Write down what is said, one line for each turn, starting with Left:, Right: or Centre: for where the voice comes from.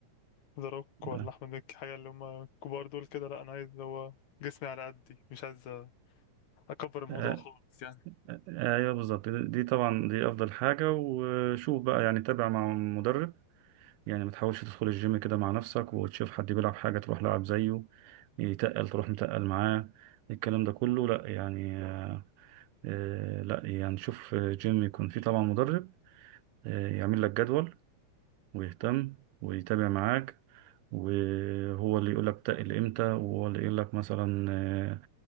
Left: ذا روك ولا
Right: آه.
Left: احمد مكي حاجه اللي هم الكبار دول كده لا انا عايز اللي هو جسمي على قدي مش عايز اكبر الموضوع
Right: آه،
Left: خالص يعني
Right: آه، أيوه بالظبط دي دي طبعا دي أفضل حاجة وشوف بقى يعني تابع مع مدرب يعني ما تحاولش تدخل الجيم كده مع نفسك وتشوف حد بيلعب حاجة تروح لعب زيه يتقل تروح متقل معاه الكلام ده كله لا يعني آه، آه، لا يعني شوف آه، جيم يكون فيه طبعا مدرب آه، يعمل لك جدول ويهتم ويتابع معاك وهو اللي يقول لك تقل امتى وهو اللي يقول لك مثلا آه،